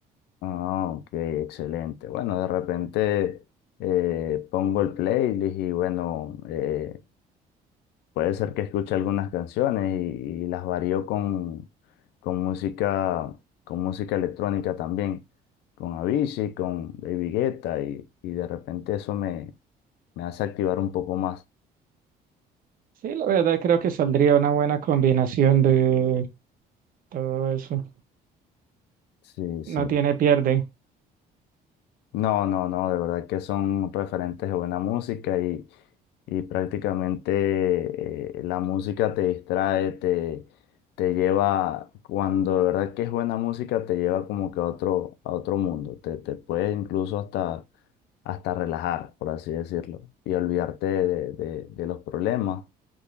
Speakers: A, on the left; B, on the right.
A: Ah, ok, excelente. Bueno, de repente eh, pongo el playlist y bueno, eh, puede ser que escuche algunas canciones y, y las varío con, con música, con música electrónica también, con Avicii, con David Guetta y, y de repente eso me, me hace activar un poco más.
B: Sí, la verdad creo que saldría una buena combinación de todo eso.
A: Sí,
B: No
A: sí.
B: tiene pierde.
A: No, no, no, de verdad que son referentes de buena música y, y prácticamente eh, la música te distrae, te, te lleva, cuando de verdad que es buena música, te lleva como que a otro, a otro mundo, te, te puede incluso hasta, hasta relajar, por así decirlo, y olvidarte de, de- de los problemas